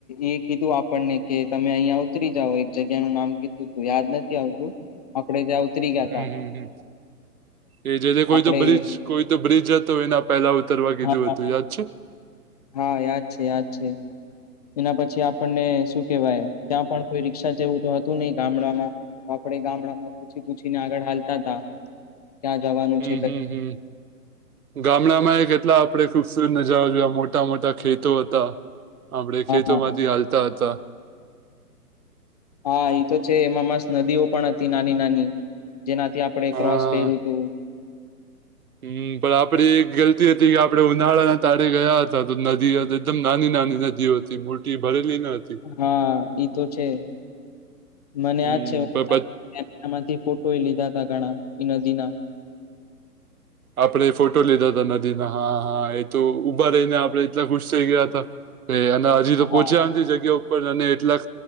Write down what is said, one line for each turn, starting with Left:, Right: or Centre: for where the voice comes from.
Left: એ કીધું આપણને કે તમે અહિયાં ઉતરી જાઓ એક જગ્યા નું નામ કીધું. તું યાદ નથી આવતું આપડે ત્યાં ઉતરી ગયા
Right: હમ
Left: ત.
Right: હમ એ જેને કોઈ
Left: આપડે
Right: તો બ્રિજ કોઈ તો બ્રિજ હતો એના પહેલા ઉતરવા કીધું
Left: હા
Right: હતું યાદ છે.
Left: હા યાદ છે યાદ છે. એના પછી આપણને શું કેવાય. ત્યાં પણ કોઈ રિક્ષા જેવું તો હતું નહીિ ગામડામાં આપપડે ગામડામાં. પૂછી પૂછીને આગળ હાલતા ત ક્યાં જવાનું.
Right: હમ
Left: છે હા
Right: હમ હમ. ગામડામાં એ કેટલા આપડે ખુબસૂરત નજારા જોયા મોટા મોટા ખેતો હતા. આપડે ખેતોમાંથી
Left: હા
Right: હાલતા હતા.
Left: હા એ તો છે એમાં મસ નદીઓ પણ હતી નાની નાની. જેનાથી આપણેે
Right: હા
Left: ક્રોસ કર્યું હતું.
Right: હમ પણ આપે એક ગલતી હતી કે આપડે ઉનાળાના તાળે ગયા હતા તો નદી હતી એકદમ નાની નાની નદીઓ હતી. મૂર્તિ ભરેલી નથી.
Left: હા ઈ તો છે મને
Right: હમ
Left: યાદ છે.
Right: પણ પછી
Left: કેમેરામાંથી ફોટો લીધા ત ઘણા નદીના.
Right: આપણે ફોટો લીધા હતા નદીના હા હા એ તો ઉઊભા રહીને આપડે એટલા ખુશ થઈ ગયા હતા. કે અને હજી તો
Left: હા.
Right: પોહચ્યામ જગ્યા. અને એટલા